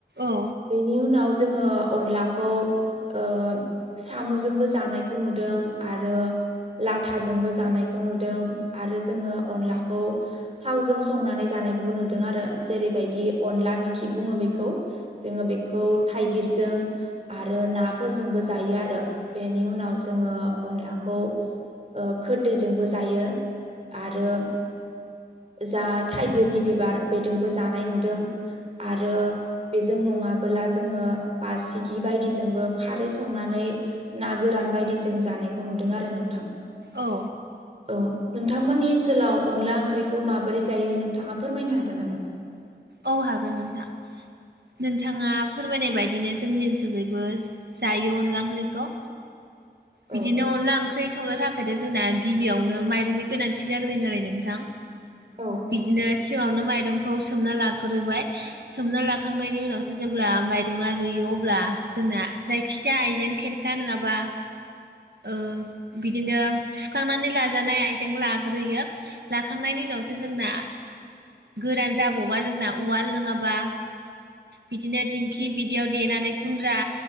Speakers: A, on the right; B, on the right.
A: औ
B: बेनि उनाव जोङो अनलाखौ ओ। साम'जोंबो जानायखौ नुदों आरो लाथाजोंबो जानायखौ नुदों आर। रो जोंङो अनलाखौ थावजों सो। संनानै जानायखौबो नुदों आरो जेरैबायदि अनला मिखि बुङो बेखौ जोङो बेखौ। थाइगिरजों आरो नाफोरजोंबो जायो आरो बेनि उनाव जोङो अनलाखौ। खौ ओ खोददैजोंबो जायो आरो जाद थाइगिरनि बिबार बेदोंबो जानाय नुदों आरो बेजों नङाबोला जोङो बारसिगि बायदिजोंबो खारै संनानै ना गोरान बायदि जों जानायखौ नुदों आरो नोंथां
A: औ।
B: औ नोंथांमोननि ओनसोलाव अनला ओंख्रिखौ माबोरै जायो नोंथाङा फोरमायनो हागोन नामा।
A: औ हागोन नोंथां। नोंथाङा फोरमायनाय बायदिनो जोंनि ओनसोलखैबो जायो अनला ओंख्रिखौ। बिदिनो
B: औ
A: अनला ओंख्रि संनो थाख। ओमायथ' जोंना गिबियावनो माइरंनि गोनांथि जाग्रोयोनालाय नोंथां
B: औ
A: बिदिनो। सिाङावनो माइरंखौ सोमना लाग्रोबाय सोमना लाखांनायनि उनावसो जेब्ला माइरंङा रुइयो। अब्ला जोंना जायखिजाया आइजें खेरखा नोंङाबा। ओ बिदिनो सुखांनानै लाजानाय आइजें लाग्रोयो लाखांनायनि उनावसो। जोंना गोरान जाबावबा जोंना उवाल नोङाबा। बिदिनो दिंखि बिदियाव देनानै गुन्द्रा